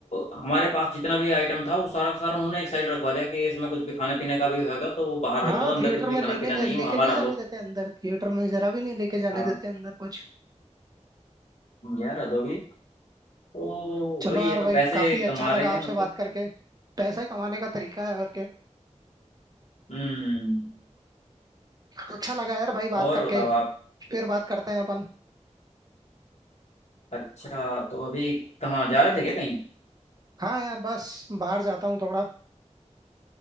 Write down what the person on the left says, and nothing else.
हमारे पास जितना भी आइटम था वो सारा का सारा उन्होंने एक साइड रखवा दिया कि इसमें कुछ भी खाने पीने का भी होगा तो वो बाहर
रख दो अंदर
कुछ भी
खाना
पीना
नहीं
है वो हमारा
लो
हाँ
यार अधोगी तो
भाई ये
तो
पैसे
कमा
रहे हैं
मतलब
हम्म
और
बताओ आप
अच्छा तो अभी कहाँ जा रहे थे क्या कहीं